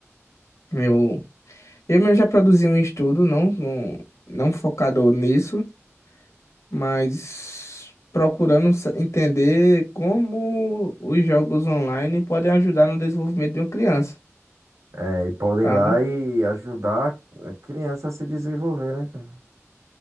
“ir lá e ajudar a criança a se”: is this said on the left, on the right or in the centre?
Right